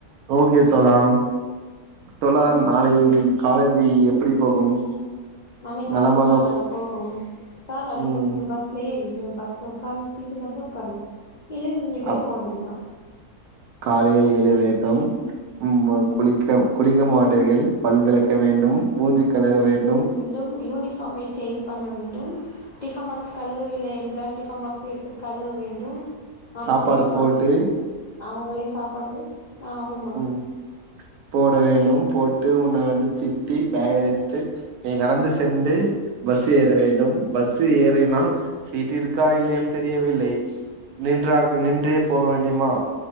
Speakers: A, on the right; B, on the left.
A: ஓகே தோழா தோழா
B: ம்
A: நாளைக்கு காலேஜ்ஜு எ ப்பிடி போகும்
B: நாளை காலேஜிக்கா
A: நலமாக
B: நல்லா போகும் காலால
A: ம்
B: போய்ட்டு பஸ் ஸிலே ஏறிட்டு பஸ்ல உக்காந் சீட்டு கெடச்சா உக்கார்ணு இல்ல நின்னுட்டே
A: அப்
B: போவேண்டிதா
A: காலையில் எழ வேண்டும் ம்ம குளிக்க குளிக்க மாட்டீர்கள் பல் விளக்க வேண்டும் மூஞ்சு கழுவ வேண்
B: வேண்டும் யூனிஃபாமை சேஞ்ச் பண்ண வேண்டும் டிஃபன் பாக்ஸ் கழுவவில்லை என்றால் டிஃபன் பாக்ஸை எட்த்து கழுவ வேண்டும் அம்மாவிடம்மா
A: சாப்பாடு போட்டு
B: அவுங்களே சாப்பாடு ஆ ஆவம்மா
A: ம் போட வேண்டும் போட்டு உன்ன வந்து திட்டி பேக்கல வெத்து நீ நடந்து சென்டு பஸ்ஸு ஏற வேண்டும் பஸ்ஸு ஏறினால் சீட்டு இருக்கா இல்லையான் தெரியவில்லை நின்றாக நின்றே போக வேண்டியுமா